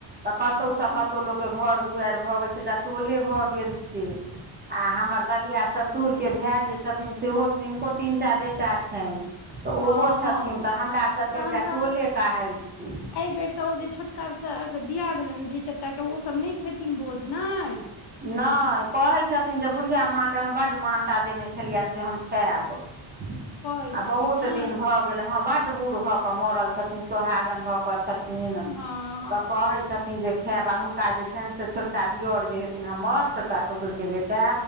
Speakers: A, on the right; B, on the left.
A: तऽ कतहुसँ
B: हँ
A: कतहु लोक केँ घर दुआइर भऽ गेल छै एकटा टोले भऽ गेल छै। आ हमर ददिया ससुर केँ भाय जे छथिन सेहो तनको तीनटा बेटा। छैन तऽ
B: हँ हँ
A: ओहो छथिन तऽ हमरा सभ
B: तहन
A: केँ एकटा
B: तऽ
A: टोले कहै छी।
B: एहि बेर तऽ ओ जे छोटका अहाँ कऽ बियाह भेलैन जैय चाचा केँ ओ सब नय खेथिन भोज नाइ
A: नय कहै छथिन जे बुढ़िया माँ केँ हम बड्ड मानता देने छलियै से हम खैब आ
B: कहै छथिन
A: बहुत
B: ने
A: दिन भऽ गेल हँ बड्ड बूढ़ भऽ कऽ मरल छथिन सोहागन भऽ कऽ छथिन
B: हँ
A: तऽ कहै छथिन हन जे खायब आओर हुनका जे छनि से छोटका दिअर जे हेथिन हमर छोटका ससुर केँ बेटा